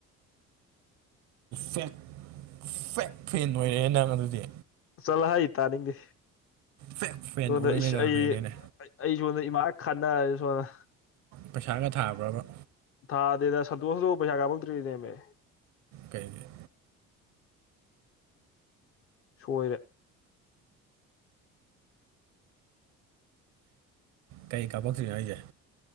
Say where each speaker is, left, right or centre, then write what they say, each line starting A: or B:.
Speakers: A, on the right; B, on the left.
A: ꯐꯦꯛ ꯐꯦꯛ ꯐꯦꯟ ꯑꯣꯏꯔꯦ ꯅꯪ ꯑꯗꯨꯗꯤ
B: ꯆꯠꯂ ꯍꯥꯏ ꯇꯥꯅꯤꯡꯗꯦ
A: ꯐꯦꯛ ꯐꯦꯟ
B: ꯁꯣꯟꯗ
A: ꯑꯣꯏ ꯂꯩꯔꯝꯃꯦꯅꯦ
B: ꯑꯩ ꯑꯩ ꯁꯣꯝꯗ ꯏꯃꯥ ꯈꯠꯅꯥ ꯁꯣꯝꯗ
A: ꯄꯩꯁꯥꯒ ꯊꯥꯕ꯭ꯔꯕ
B: ꯊꯥꯗꯦꯗꯥ ꯁꯟꯇꯣꯁꯇꯣ ꯄꯩꯁꯥ ꯀꯄꯥꯛꯇꯔꯤꯅꯦꯃꯦ
A: ꯀꯩꯒꯤ
B: ꯁꯣꯏꯔꯦ
A: ꯀꯩ ꯀꯥꯞꯄꯛꯇ꯭ꯔꯤꯅꯣ ꯍꯥꯏꯁꯦ